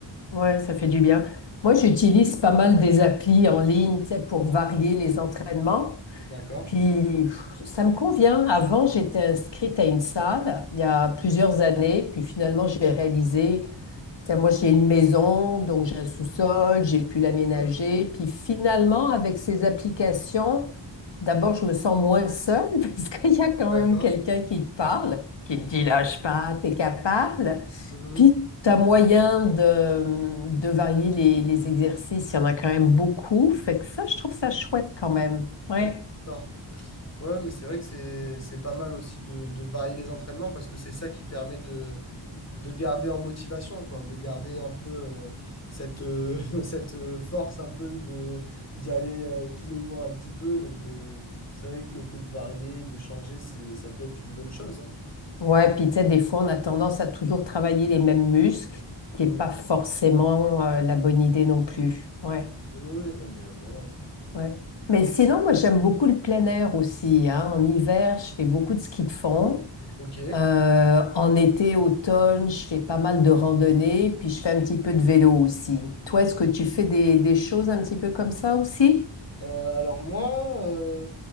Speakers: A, on the left; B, on the left.
A: Ouais, ça fait du bien. Moi, j'utilise pas mal des applis en ligne, tu sais, pour varier les entraînements.
B: D'accord.
A: Puis pff, ça me convient. Avant, j'étais inscrite à une salle il y a plusieurs années, puis finalement, j'ai réalisé. T'sais, moi, j'ai une maison, donc j'ai un sous-sol, j'ai pu l'aménager.
B: Mhm.
A: Puis finalement, avec ces applications, d'abord, je me sens moins seule <laughs> parce qu'il y a quand
B: D'accord.
A: même quelqu'un qui te parle, qui te dit lâche pas, t'es capable.
B: Mhm.
A: Puis t'as moyen de, de varier les, les exercices. Il y en a quand même beaucoup. Fait que ça, je trouve ça chouette quand même. Ouais.
B: Ok, D'accord. Ouais, mais c'est vrai que c'est, c'est pas mal aussi de, de varier les entraînements, parce que c'est ça qui permet de de garder en motivation, quoi, de garder un peu euh, cette, euh, <laughs> cette euh, force un peu de d'y aller euh, tous les jours un petit peu. Donc, euh, c'est vrai que le fait de varier, de changer, c'est, ça peut être une bonne chose. hein.
A: Ouais, puis tu sais, des fois, on a tendance à toujours travailler les mêmes muscles, ce qui
B: Mhm.
A: n'est pas forcément euh, la bonne idée non plus. Ouais.
B: Oui, oui, non, mais voilà.
A: Ouais. Mais
B: Et,
A: sinon, moi, j'aime beaucoup le plein air aussi. hein. En hiver, je fais beaucoup de ski de fond.
B: ok.
A: Euh, en été, automne, je fais pas mal de randonnées, puis je fais un petit peu de vélo aussi. Toi, est-ce que tu fais des, des choses un petit peu comme ça aussi?
B: Euh, alors moi, euh,